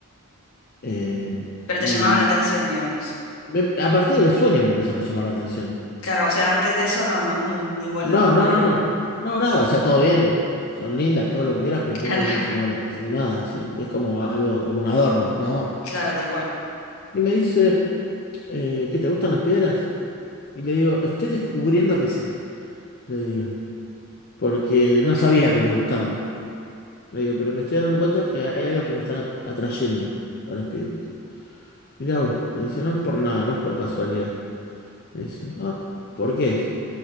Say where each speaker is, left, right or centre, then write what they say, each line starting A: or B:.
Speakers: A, on the left; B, on the left.
A: Eh,
B: Pero
A: y
B: te llamaba la atención, digamos.
A: me- a partir de los sueños me empezaron a llamar la atención.
B: Claro, o sea, antes de eso no, no, ni, ni bola
A: No,
B: de las
A: no,
B: piedras.
A: no, no, nada, o sea, todo bien, son lindas, todo lo que quieras, pero nunca
B: Claro,
A: me había llamado
B: <laughs>
A: la atención de nada, sí, es como algo, como un adorno, nada más.
B: claro, tal cual.
A: Y me dice, eh, ¿qué te gustan las piedras? Y le digo, estoy descubriendo que sí, le digo, porque no sabía que me gustaban. Le digo, pero me estoy dando cuenta que hay algo que me están at- atrayendo a las piedras. Mirá vos, me dice, no es por nada, no es por casualidad. Me dice, ah, ¿por qué?